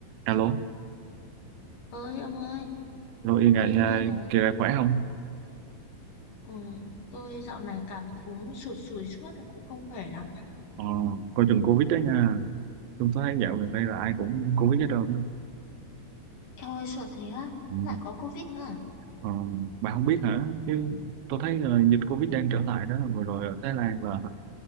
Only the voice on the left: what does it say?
ơi ông ơi
tôi
nghe này
ừ, tôi dạo này cảm cúm sụt sùi suốt cũng không khỏe lắm
eo ơi sợ thế á
lại có covid nữa à